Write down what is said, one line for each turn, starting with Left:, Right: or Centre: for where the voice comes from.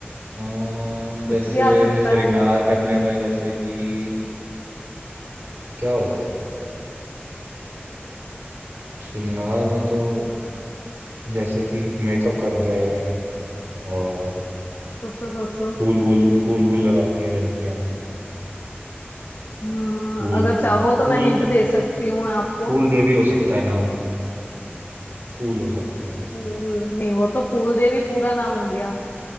Right: अ, जैसे
Left: कुछ भी आ सकता
Right: श्रृंगार
Left: है
Right: करने में जैसे कि क्या हो सकता है यार श्रृंगार में तो
Left: सो,
Right: जैसे कि मेकअप करते हैं और
Left: सोचो सोचो
Right: फूल वूल फूल वूल लगाती हैं लड़कियां
Left: हाँ,
Right: फूल
Left: अगर चाहो तो
Right: फूल
Left: मैं हिंट दे सकती हूँ आपको
Right: फूल देवी हो सकता है नाम फूल हो सकते हैं
Left: फूल नहीं वो तो फूल देवी पूरा नाम हो गया